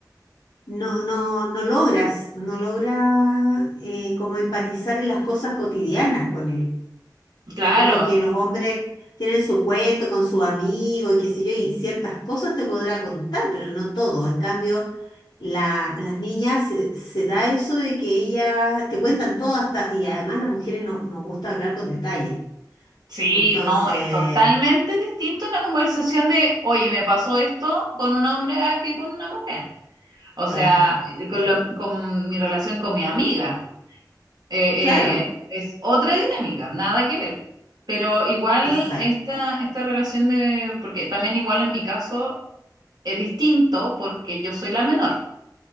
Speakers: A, on the left (about 75°); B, on the right (about 70°).
A: no, no, no logras, no logras eh, como empatizar en las cosas cotidianas con él.
B: Claro,
A: Es como que los hombres tienen su cuento con su amigo y qué sé yo, y ciertas cosas te podrá contar, pero no todo. En cambio, la- las niñas se, se da eso de que ellas te cuentan todo hasta, y además las mujeres no, nos gusta hablar con detalle.
B: sí,
A: Entonces,
B: no, es totalmente distinto una conversación de, oye, me pasó esto con un hombre a que con una mujer. O
A: claro,
B: sea, eh, con,
A: claro,
B: lo- con mi relación con mi amiga. Eh,
A: claro,
B: eh, es otra dinámica, nada que ver. Pero igual
A: exacto,
B: esta, esta relación de, porque también igual en mi caso es distinto porque yo soy la menor.